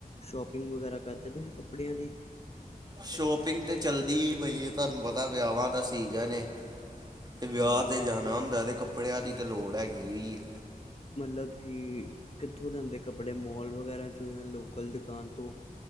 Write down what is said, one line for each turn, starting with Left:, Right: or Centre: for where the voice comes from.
Left: ਸ਼ੋਪਿੰਗ ਵਗੈਰਾ ਕਰਦੇ ਤੁਸੀਂ ਕੱਪੜਿਆਂ ਦੀ?
Right: ਸ਼ੋਪਿੰਗ ਤੇ ਚੱਲਦੀ ਹੀ ਪਈ ਏ, ਤੁਹਾਨੂੰ ਪਤਾ ਵਿਆਹਾਂ ਦਾ ਸੀਜ਼ਨ ਏ। ਤੇ ਵਿਆਹ
Left: ਹਮ,
Right: ਤੇ ਜਾਣਾ ਹੁੰਦਾ ਤੇ ਕੱਪੜਿਆਂ ਦੀ ਤੇ ਲੋੜ ਹੈਗੀ ਹੈ।
Left: ਮਤਲਬ ਤੁਸੀਂ ਕਿੱਥੋਂ ਲਿਆਂਦੇ ਕੱਪੜੇ ਮੋਲ ਵਗੈਰਾ ਚੋ ਜਾਂ ਲੋਕਲ ਦੁਕਾਨ ਤੋਂ